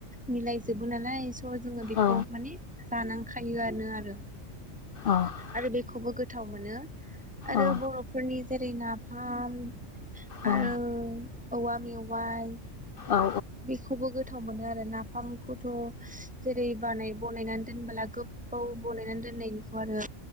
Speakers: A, in the centre; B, on the left (about 55°).
A: मिलायजोबो नालाय। थ' जोङो बेखौ
B: औ
A: माने जानां खायोआनो आरो ‌।
B: औ
A: आरो बेखौबो गोट थाव मोनो ‌। आरो
B: औ
A: बर'फोरनि जेरै नाफाम
B: औ
A: आरो औवा मेउआइ
B: औ
A: बेखौबो गोथाव मोनो आरोना। फामखौथ' जेरै बानाय बनायनानै दोनबोला गोब बाव बनायनानै दोननायनिखौ आरो